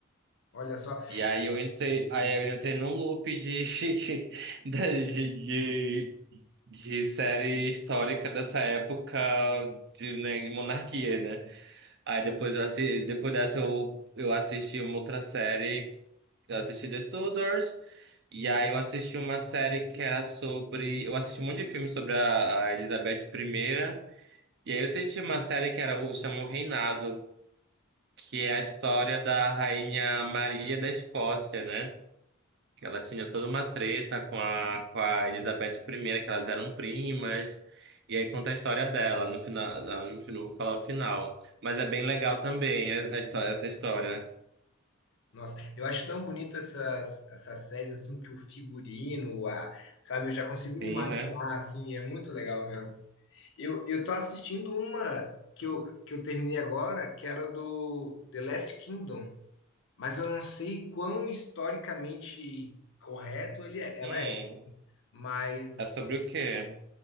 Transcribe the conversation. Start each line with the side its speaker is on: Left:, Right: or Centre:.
Left: olha só.
Right: E aí eu entrei, aí eu entrei num loop de, <laughs> de, de, de série histórica dessa época de, né, de monarquia, né? Aí depois eu assi, depois dessa eu, eu assisti uma outra série, eu assisti The Tudors, e aí eu assisti uma série que era sobre, eu assisti um monte de filme sobre a, a Elizabeth primeira e aí eu assisti uma série que era o chama O Reinado, que é a história da rainha Maria da Escócia, né? que Ela tinha toda uma treta com a, com a Elizabeth primeira que elas eram primas. E aí conta a história dela. No final, não, enfim, não vou falar o final. Mas é bem legal também a, a história, essa história.
Left: Nossa, eu acho tão bonita essas, essas séries assim, que o figurino, a, sabe, eu já consigo me
Right: Sim,
Left: imaginar,
Right: né?
Left: assim, é muito legal mesmo. Eu, eu tô assistindo uma que eu, que eu terminei agora, que era do The Last Kingdom. mas eu não sei quão historicamente correto ele é, ela
Right: Hum,
Left: é, assim. Mas,
Right: é sobre o quê?